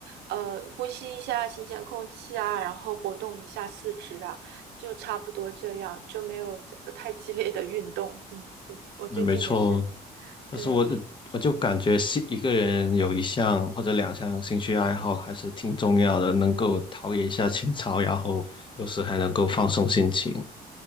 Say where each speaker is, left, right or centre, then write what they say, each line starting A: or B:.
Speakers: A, on the right; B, on the left.
A: 呃呼吸一下新鲜空气啊，然后活动一下四肢啊，就差不多这样，就没有太激烈的运动。嗯，最我最近也是，
B: 嗯，没错，但是我我就感觉是一个人有一项或者两项兴趣爱好还是挺重要的，
A: 对
B: 能够陶冶一下情操，然后有时还能够放松心情。